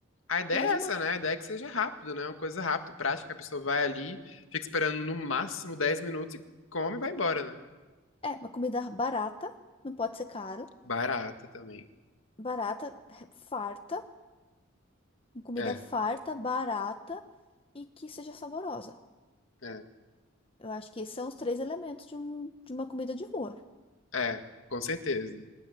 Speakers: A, on the left; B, on the left.
A: A ideia
B: Mas
A: é
B: uma,
A: essa, né? A ideia é que seja rápido, né? Uma coisa rápida, prática, a pessoa vai ali, fica esperando no máximo 10 minutos e come e vai embora, né?
B: é, uma comida barata, não pode ser caro,
A: Barata também.
B: barata, farta comida
A: É,
B: farta, barata e que seja saborosa.
A: é,
B: Eu acho que esses são os três elementos de, um, de uma comida de rua.
A: é, com certeza.